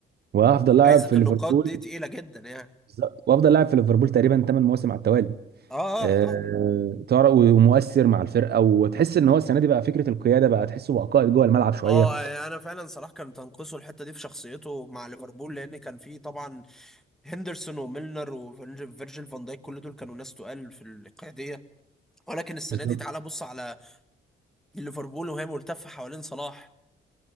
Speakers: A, on the right (about 55°); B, in the centre.
A: وافضل لاعب
B: جائزه
A: في
B: النقاد
A: ليفربول
B: دي تقيله جدا يعني
A: بالظبط. وافضل لاعب في ليفربول تقريبا ثمان مواسم على التوالي
B: اه
A: آه،
B: اه اه
A: تعرف ومؤثر مع الفرقه وتحس ان هو السنه دي بقى فكره القياده بقى تحسه بقى قائد جوه الملعب شويه
B: اه يعني انا فعلا صلاح كان تنقصه الحته دي في شخصيته مع ليفربول لان كان فيه طبعا هندرسون وميلنر وفيرجيل فيرجيل فان دايك كل دول كانوا ناس تقال في القياديه ولكن السنه
A: بالظبط
B: دي تعالى بص على ليفربول وهي ملتفه حوالين صلاح